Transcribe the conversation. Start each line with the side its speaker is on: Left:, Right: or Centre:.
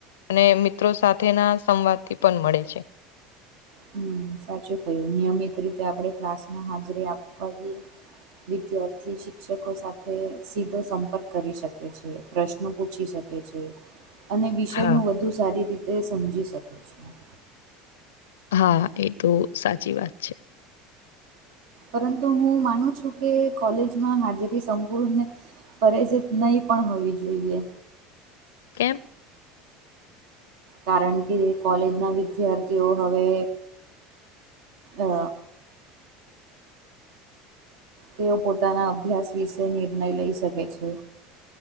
Left: અને મિત્રો સાથે ના સંવાદ થી પણ મળે છે.
Right: હમ સાચું કયું નિયમિત રીતે આપણે ક્લાસ. હ હાજરી આપ જ વિદ્યાર્થી શિક્ષકો સાથે સીધો સંપર્ક કરી શકે છે. પ્રશ્ન પૂછી શકે છે અને વિષય
Left: હા
Right: નુ વધુ સારી રીતે સમજી શકે છે.
Left: હા એ તો સાચી વાત છે.
Right: પરંતુ હું માનું છું કે કોલેજમાં હાજરી સંપૂર્ણ ફરે છે નહી પણ હોવી જોઈએ.
Left: કેમ
Right: કારણ કે કોલેજના વિદ્યાર્થીઓ હવે અ તેઓ પોતાના અભ્યાસ વિશે નિર્ણય લઈ શકે છે.